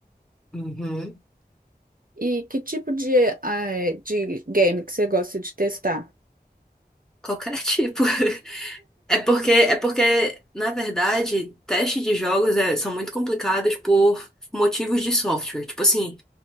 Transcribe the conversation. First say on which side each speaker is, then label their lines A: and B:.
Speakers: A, in the centre; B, on the right.
A: Uhum.
B: E que tipo de, eh, de game que você gosta de testar?
A: Qualquer tipo. <laughs> É porque, é porque, na verdade, testes de jogos é- são muito complicados por motivos de software. Tipo assim,